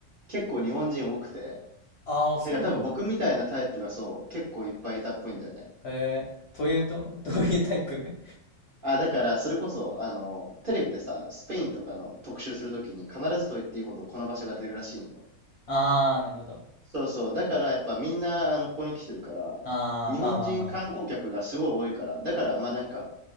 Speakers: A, on the right; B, on the left.
A: 結構日本人多くて、
B: ー、ああ、そうなんだ。
A: だから多分僕みたいなタイプがそう、結構いっぱいいたっぽいんだよね。
B: えー、というと、<laughs> どういうタイプ
A: あ、だからそれこそ、あの、テレビでさ、スペインとかの特集するときに必ずと言っていいほどこの場所が出るらしいんよ。
B: <laughs> ああ、なるほど。
A: そうそう。だからやっぱみんな、あの、ここに来てるから、
B: ああ、
A: 日本人観光客がすごい多いから、
B: まあまあまあまあ。
A: だからまあなんか、